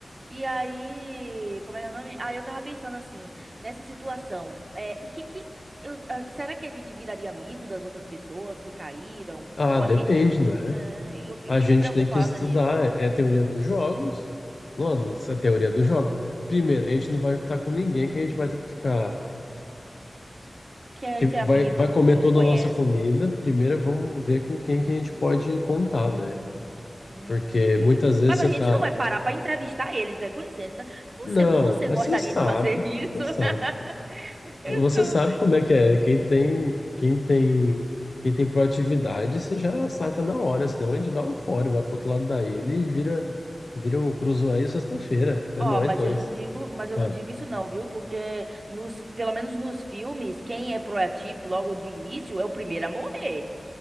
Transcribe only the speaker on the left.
Ah,
depende,
né?
A
gente
tem que estudar,
é a teoria dos jogos. Mano, essa é a teoria dos jogos. Primeiro, a gente não vai juntar com ninguém que a gente vai ter que ficar.
Que
vai,
vai comer
toda
a nossa comida. Primeiro, vamos ver com quem que a gente pode contar, né?
Porque muitas vezes
você
tá
Não,
mas
você sabe,
você sabe.
Você
sabe como é que é. Quem tem, quem tem, quem tem proatividade, você já saca na hora, senão a gente dá um fora, vai pro outro lado da ilha e vira, vira o Cruzoé sexta-feira. É
nós
dois.
Ah,